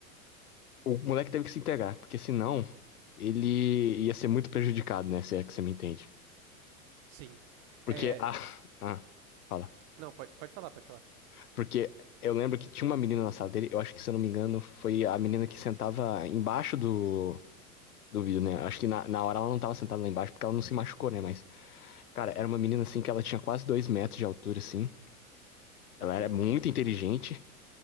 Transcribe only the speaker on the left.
o moleque teve que se entregar, porque senão ele ia ser muito prejudicado, né? Se é que você me entende.
Porque
a. <laughs> Ah, fala.
Porque eu lembro que tinha uma menina na sala dele, eu acho que, se eu não me engano, foi a menina que sentava embaixo do. Do vidro, né? Acho que na, na hora ela não tava sentada lá embaixo porque ela não se machucou, né? Mas, cara, era uma menina assim que ela tinha quase dois metros de altura, assim. Ela
era muito inteligente,